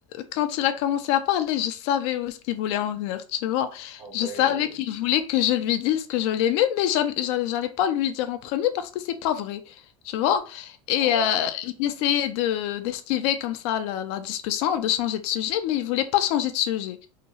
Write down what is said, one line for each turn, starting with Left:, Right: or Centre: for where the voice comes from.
Left: quand il a commencé à parler, je savais où est-ce qu'il voulait en venir, tu vois.
Right: Ah ouais,
Left: Je savais qu'il voulait que je lui dise que je l'aimais, mais j'en- j'allais j'allais pas lui dire en premier parce que c'est pas vrai, tu vois. Et
Right: ouais,
Left: euh, j'essayais de d'esquiver comme ça la, la discussion, de changer de sujet, mais il voulait pas changer de sujet.